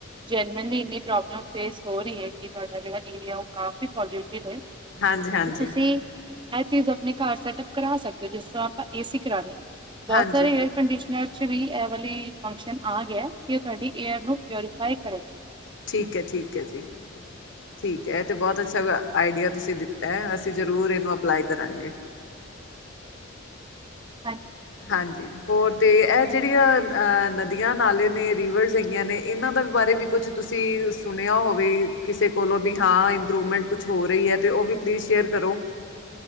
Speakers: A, on the right (about 25°); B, on the left (about 65°).
A: ਜੇਨੁਅਲੀ ਇਨੀ ਪ੍ਰੋਬਲਮ ਫੇਸ ਹੋ ਰਹੀ ਹੈ ਕਿ ਤੁਹਾਡਾ ਜਿਹੜਾ ਏਰੀਆ ਹੈ ਕਾਫੀ ਪੋਲਉਟਿਡ ਹੈ।
B: ਹਾਂਜੀ ਹਾਂਜੀ
A: ਤੇ ਤੁਸੀਂ ਇਹ ਚੀਜ਼ ਆਪਣੇ ਘਰ ਸੈਟਅੱਪ ਕਰਾ ਸਕਦੇ ਹੋ ਜਿਸ ਤਰ੍ਹਾਂ ਆਪਾਂ ਏ ਸੀ ਕਰਾੰਦੇ ਨੇ। ਬਹੁਤ
B: ਹਾਂਜੀ
A: ਸਾਰੇ ਹੈਂ ਕੰਡੀਸ਼ਨਰ ਚ ਵੀ ਇਹ ਵਾਲੀ ਫੰਕਸ਼ਨ ਆ ਗਿਆ ਕਿ ਤੁਹਾਡੀ ਏਅਰ ਨੂੰ ਪਿਓਰੀ ਫਾਈ ਕਰੇ।
B: ਠੀਕ ਹੈ ਠੀਕ ਹੈ ਜੀ। ਠੀਕ ਹੈ ਇਹ ਤੇ ਬਹੁਤ ਅੱਛਾ ਆਡੀਆ ਤੁਸੀਂ ਦਿੱਤਾ ਹੈ ਅਸੀਂ ਜ਼ਰੂਰ ਇਹਨੂੰ ਅਪਲਾਈ ਕਰਾਂਗੇ।
A: ਹਾਂਜੀ।
B: ਹਾਂਜੀ ਹੋਰ ਤੇ ਇਹ ਜਿਹੜੀਆਂ ਅਹ ਨਦੀਆਂ ਨਾਲੇ ਨੇ ਰੀਵਰਸ ਹੈਗੀਆਂ ਨੇ ਇਹਨਾਂ ਦੇ ਬਾਰੇ ਵੀ। ਕੁਛ ਤੁਸੀਂ ਸੁਣਿਆ ਹੋਵੇ ਕਿਸੇ ਕੋਲੋਂ ਵੀ ਹਾਂ ਇੰਪਰੂਵਮੈਂਟ ਕੁਛ ਹੋ ਰਹੀ ਹੈ। ਤੇ ਉਹ ਵੀ ਪਲੀਜ਼ ਸ਼ੇਅਰ ਕਰੋ।